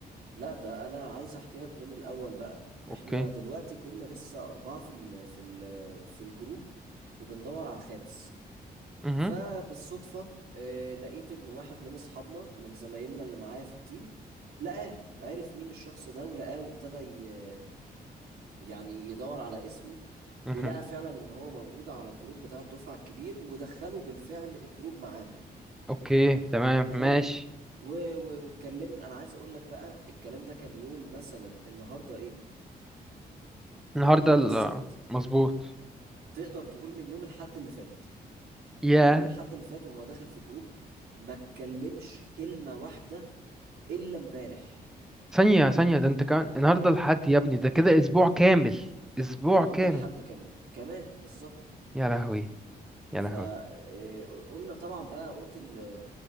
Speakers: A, on the right; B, in the centre.
A: لا ده انا عايز احكي لك من الاول بقى
B: اوكي
A: احنا دلوقتي كنا لسه اربعة في ال في ال في الجروب وبندور على الخامس
B: امم
A: فبالصدفة آه، لقيت ان واحد من اصحابنا من زمايلنا اللي معايا في التيم لقاه عرف مين الشخص ده ولقاه وابتدى ي- يعني يدور على اسمه
B: امم
A: ولقى فعلا ان هو موجود على الجروب بتاع الدفعة الكبير ودخله بالفعل الجروب معانا
B: اوكي تمام
A: تمام
B: ماشي
A: و- و- واتكلمنا انا عايز اقول لك بقى الكلام ده كان يوم مثلا النهارده ايه
B: النهارده
A: النهارده
B: ال-
A: السبت
B: مظبوط
A: تقدر تقول من يوم الحد اللي فات
B: يا
A: من يوم الحد اللي فات وهو داخل في جروب ما اتكلمش كلمة واحدة إلا امبارح
B: ثانية ثانية
A: ال...
B: ده انت كمان النهارده الحد يا ابني ده كده اسبوع كامل اسبوع
A: النهارده
B: كامل
A: الحد كمان كمان بالظبط
B: يا لهوي يا
A: فقلنا
B: لهوي
A: طبعا بقى قلت ال...